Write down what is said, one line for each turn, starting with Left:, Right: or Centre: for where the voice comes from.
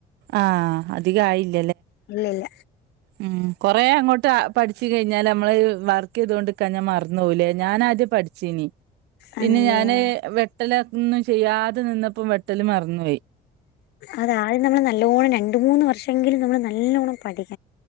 Right: ആഹ അധികമായില്ല
Left: ഇല്ല ഇല്ല.
Right: ഉം കൊറെ അങ്ങോട്ട് അ പഠിച്ചു കഴിഞ്ഞാല് അമ്മള് വർക്ക് ചെയിതോണ്ട് നിക്കാഞ്ഞ മറന്ന് പോവില്ലേ, ഞാനാദ്യം പഠിച്ചീനി. പിന്നെ
Left: ആന്നില്ലയോ
Right: ഞാന് വെക്ക് ല് ഒന്നും ചെയ്യാതെ നിന്നപ്പം വെട്ടല് മറന്നുപയി.
Left: അത് ആദ്യം നമ്മള് നല്ലോണം രണ്ട് മൂന്ന് വർഷെങ്കിലും നമ്മൾ നല്ലോണം പഠിക്ക്